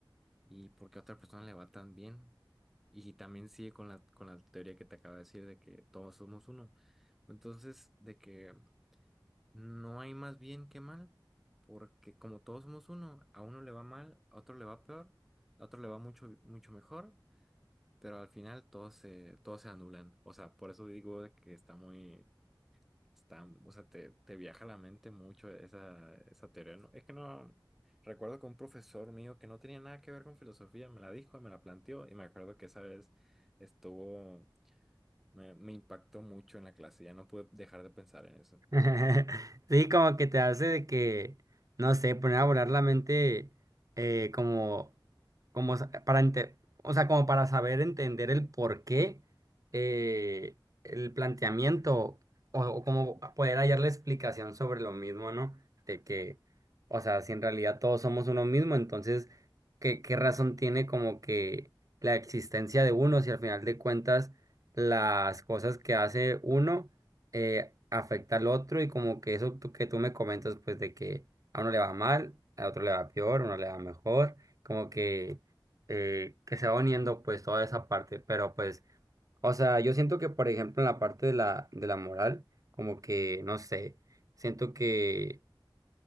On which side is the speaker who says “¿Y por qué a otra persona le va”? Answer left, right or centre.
Centre